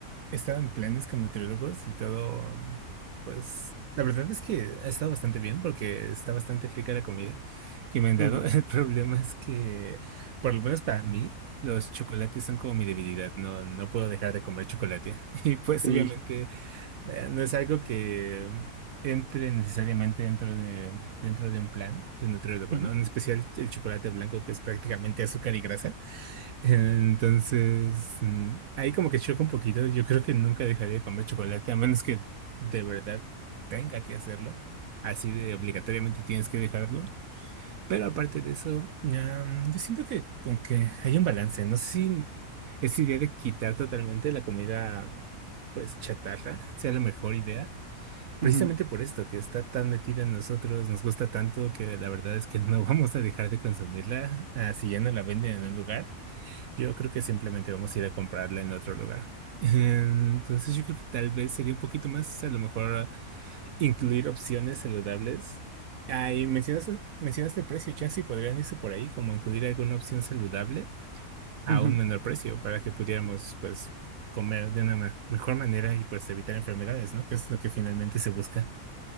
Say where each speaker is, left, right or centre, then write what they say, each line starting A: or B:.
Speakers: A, on the right (about 70°); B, on the right (about 35°).
A: estaba en planes con nutriólogos y todo, am, pues la verdad es que ha estado bastante bien porque está bastante rica la comida que me han dado.
B: Ujú.
A: <laughs> El problema es que, por lo menos para mí, los chocolates son como mi debilidad. No, no puedo dejar de comer chocolate. <laughs> Y pues
B: Sí.
A: obviamente eh, no es algo que mm, entre necesariamente dentro de, dentro de un plan de nutriólogo,
B: Ujú,
A: ¿no? En especial el chocolate blanco que es prácticamente azúcar y grasa. Entonces, mm, ahí como que choca un poquito. Yo creo que nunca dejaría de comer chocolate, a menos que de verdad tenga que hacerlo. Así de obligatoriamente tienes que dejarlo. Pero aparte de eso, ya, mm, yo siento que con que hay un balance. No sé si esa idea de quitar totalmente la comida, pues chatarra, <laughs> sea la mejor idea. Precisamente
B: ujú,
A: por esto, que está tan metida en nosotros, nos gusta tanto que la verdad es que no <laughs> vamos a dejar de consumirla, así ya no la venden en un lugar. Yo creo que simplemente vamos a ir a comprarla en otro lugar. <laughs> Entonces yo creo que tal vez sería un poquito más, a lo mejor, incluir opciones saludables. Ah, y mencionaste, mencionaste el precio, chance y podrían irse por ahí, como incluir alguna opción saludable a
B: ujú,
A: un
B: ujú.
A: menor precio para que pudiéramos, pues, comer de una ma- mejor manera y pues evitar enfermedades, ¿no? Que es lo que finalmente se busca.